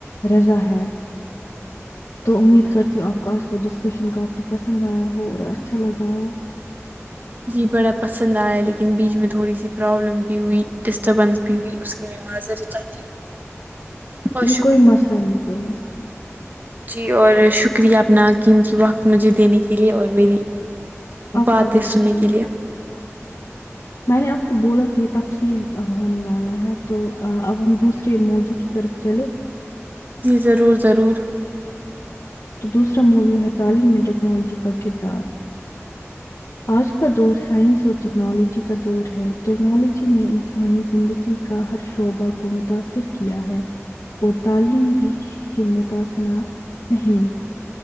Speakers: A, on the left; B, on the right.
A: رضا ہے تو امید کرتی
B: جی
A: ہوں آپ کو آج ڈسکشن کافی پسند آیا ہو اور اچھا لگا ہو
B: جی بڑا پسند آیا لیکن بیچ میں تھوڑی سی پروابلم بھی ہوئی ڈسٹربینس بھی ہوئی اس کے لیے معذر چاہتی ہوں اور
A: جی
B: شکر
A: کوئی مسئلہ نہیں کوئی مسئلہ نہیں
B: جی اور شکریہ اپنا قیمتی وقت مجھے دینے کے لیے اور میری
A: آپ
B: باتیں
A: کا بھی شکریہ۔
B: سننے کے لیے
A: میں نے آپ کو بولا تھا یہ تفصیل ہونے والا ہے تو اب ہم دوسرے موضوع کی طرف چلے
B: جی ضرور ضرور
A: تو دوسرا موضوع ہے تعلیم میں ٹیکنالوجی کا کردار آج کا دور سائنس اور ٹیکنالوجی کا دور ہے ٹیکنالوجی نے انسانی زندگی کا ہر شعبہ کو متاثر کیا ہے اور تعلیم بھی اسی سے متثنہ نہیں